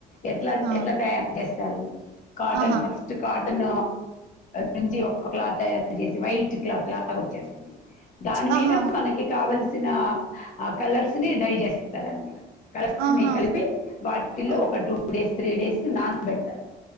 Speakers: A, on the left; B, on the right.
A: ఎట్లా
B: ఆ
A: అంట్ల తయారు చేస్తారు కాటన్
B: ఆహా
A: ఫస్ట్ కాటన్ గంజి ఒక క్లాత్ తయారు చేసి వైట్ క్లాత్ లాగా వచ్చేస్తుంది దాని
B: ఆహా
A: మీద మనకి కావలసిన కలర్స్ ని డై చేస్తారనమాట కలర్స్
B: ఆహా
A: ని కలిపి వాటిల్లో
B: ఓ
A: ఒక టూ డేస్ త్రీ డేస్ నానపెడతారు